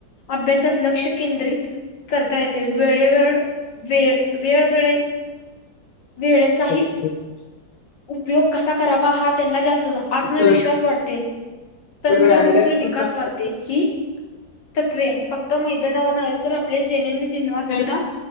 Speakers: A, on the left (about 70°); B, on the left (about 85°).
A: अभ्यासात लक्ष केंद्रित करता येते, वेळे वळ वेळ वेळ वेळ. वेळेचाही.
B: कशी भेटली?
A: उपयोग कसा करावा हा त्यांना जास्त
B: तुझं-
A: आत्मविश्वास वाढते,
B: तुझ्याकडे
A: तंत्रगुत्र
B: आयडियाज
A: विकास
B: पण चांगल्या
A: वाढते
B: असतात.
A: हि तत्वे फक्त मैदानावर <unintelligible> तर आपले जेणे धन्यवाद
B: काय?
A: सुद्धा